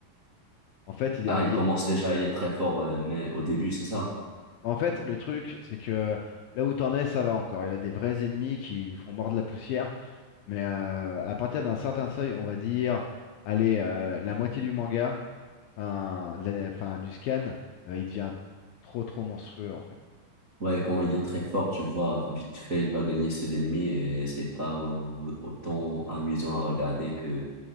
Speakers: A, on the left (about 75°); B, on the right (about 35°).
A: En fait, il
B: Ah,
A: est un- il
B: il commence
A: est-
B: déjà, il est très fort, euh, mais au début, c'est ça?
A: en fait, le truc, c'est que là où t'en es, ça va encore. Il a des vrais ennemis qui lui font mordre la poussière. Mais euh, à partir d'un certain seuil, on va dire, allez, euh, la moitié du manga, enfin, de la- enfin, du scan, euh, il devient trop trop monstrueux en fait.
B: Ouais, quand
A: Il-
B: il est très fort, tu vois, vite fait, il va gagner ses ennemis et c'est pas au- autant amusant à regarder que...